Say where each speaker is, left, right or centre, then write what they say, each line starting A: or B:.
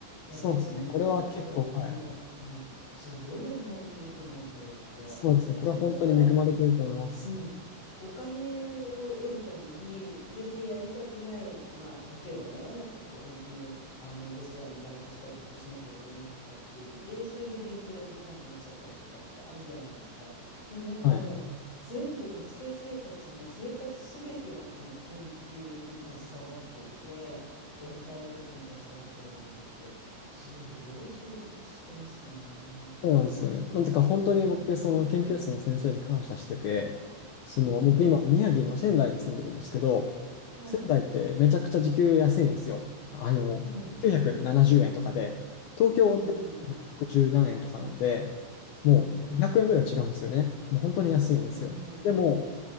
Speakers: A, on the left; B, on the left.
A: いや、
B: そうですね。
A: 別のことって、
B: これは結構、
A: ほら、
B: はい。
A: あの、うん、すごい恵まれてると思う、それって。
B: そうですね。
A: だって普通はさ、
B: これは本当に恵まれてると思います。
A: うん。お金を得るために、全然やりたくない、まあ、例えばね、なんかこう本当に、あの、レストランでバイトしたりとかしなきゃいけないとかっていうので、それで勉強ができなくなっちゃったりとかってあるじゃないですか。でもなんかもう、
B: はい。
A: 全部学生生活、も生活すべてがもう研究に携わっていて、やりたいことに携わってられるって、すごい充実してますね。
B: そうなんですよね。なんてか本当に僕、
A: うん。
B: その研究室の先生に感謝してて、その僕今宮城の仙台に住んでるんですけど、
A: うん。はい。
B: 仙台ってめちゃくちゃ時給安いんですよ。あの、
A: うん。
B: 970円とかで、東京って110何円とかなんで、
A: うんうんうんうん
B: もう100円ぐらい違うんですよね。もう本当に安いんですよ。
A: うんうんうん
B: でも、